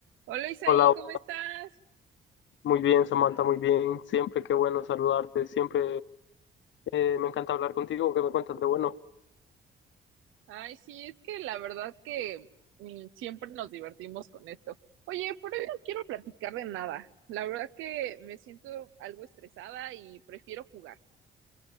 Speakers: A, on the right; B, on the left.
A: Hola Isaí,
B: Hola,
A: ¿cómo
B: hola.
A: estás?
B: muy bien, Samantha, muy bien. Siempre qué bueno saludarte, siempre eh, me encanta hablar contigo. ¿Qué me cuentas de bueno?
A: Ay, sí, es que la verdad que mm, siempre nos divertimos con esto. Oye, pero hoy no quiero platicar de nada. La verdad que me siento algo estresada y prefiero jugar.